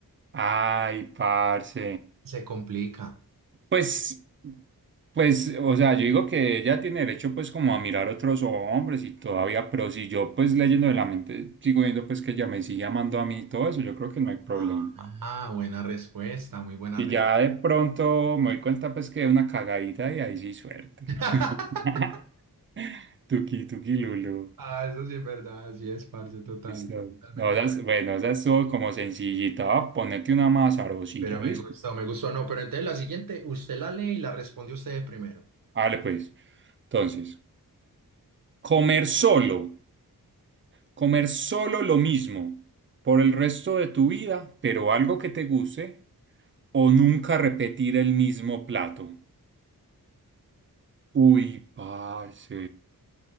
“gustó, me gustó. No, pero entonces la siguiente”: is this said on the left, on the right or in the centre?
Right